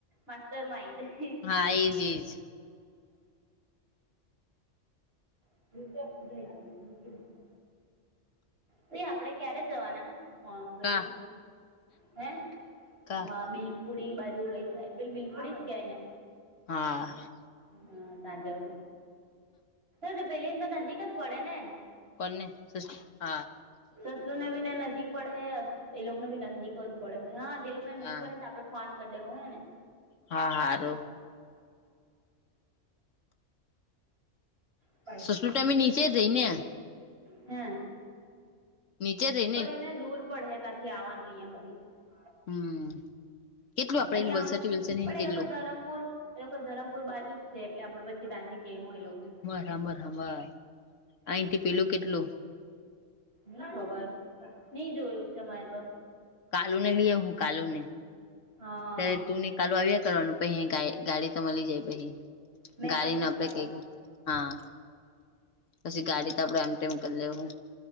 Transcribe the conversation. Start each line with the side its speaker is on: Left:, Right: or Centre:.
Right: માસ્ટર માઈન્ડ
Left: હા એજ એજ
Right: <unintelligible> તઈ આપડે ક્યારે જવાના હ બરાબર
Left: કા
Right: હે
Left: કા
Right: <unintelligible> પુડી બાજુ ધ ઈ જાય પેલી બિલપુડી જ કેય એને
Left: હા
Right: હા તા જાવ પેલીને તો નજીક જ પડે ને.
Left: કોને <unintelligible>
Right: સસલુ ને બી ને નજીક પડે એ લોકોને બી નજીક પડે હા જે લોકોને
Left: હા
Right: નજીક પડે તો આપડે ફોન કરી દેહું હે ને <inaudible>
Left: હા હારું
Right: <unintelligible>
Left: સુષ્મિ તમે નીચે રહી ને
Right: હે
Left: નિચે રે
Right: પણ એને દૂર પડે હે ત્યાંથી આવાનું અહિયા હુધી છે
Left: હમ કેટલું આપડે
Right: અહિયાં
Left: વલસાડ થી વિલસન
Right: પણ
Left: કેટલું
Right: એ લોકો ધરમપુર એ લોકો ધરમપુર બાજુ જ છે એટલે આપડે પછી ત્યાંસે કે હું એ લોકો ને
Left: હાભર હાભર અહીંથી પેલું કેટલું
Right: ની ખબર નઈ જોયું છે મેતો
Left: કાલુ ને લઈ હું કાલુ ને
Right: હા
Left: ત્યારે તુંને કાલુ આવ્યા કરવાનું પહી હે ગાય ગાડી તો મળી જાય પછી
Right: મેં
Left: ગાડીને
Right: કાલુ
Left: આપડે
Right: હતા આવા
Left: કઈ હા પછી ગાડી તો આપડો એમ ટેમ કરી લે હું.